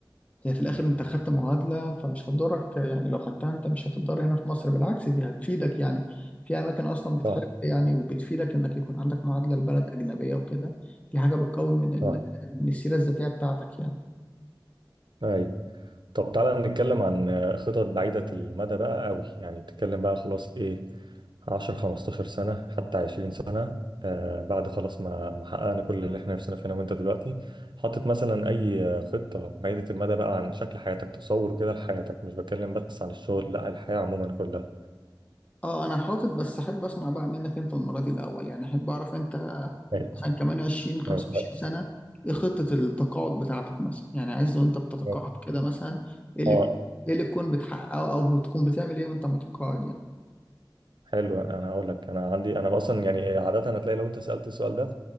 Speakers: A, on the left; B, on the right.
A: هي في الاخر انت خدت معادله فمش هتضرك يعني لو خدتها انت مش هتضر هنا في مصر بالعكس دي هتفيدك يعني في اماكن اصلا بتحب
B: صح
A: يعني وبتفيدك انك يكون عندك معادله لبلد اجنبيه وكده دي حاجه بتقوي من ال...
B: صح
A: من السيره الذاتيه بتاعتك يعني
B: ايوه طب تعالى نتكلم عن خطط بعيدة المدى بقى قوي يعني بتتكلم بقى خلاص ايه 10 15 سنة حتى 20 سنة آه بعد خلاص ما ما حققنا كل اللي احنا نفسنا فينا وانت دلوقتي حاطط مثلا اي خطة بعيدة المدى بقى عن شكل حياتك تصور كده لحياتك مش بتكلم بس عن الشغل لا الحياة عموما كلها
A: اه انا حاطط بس احب اسمع بقى منك انت المره دي الاول يعني احب اعرف انت
B: ماشي
A: مثلا كمان 20 25
B: ماشي
A: سنه ايه خطه التقاعد بتاعتك مثلا يعني عايز وانت بتتقاعد
B: ماشي.
A: كده مثلا ايه اللي
B: اه
A: ايه اللي تكون بتحققه او تكون بتعمل ايه وانت متقاعد
B: حلو انا هقول لك انا عندي انا اصلا يعني عادة هتلاقي لو انت سألت السؤال ده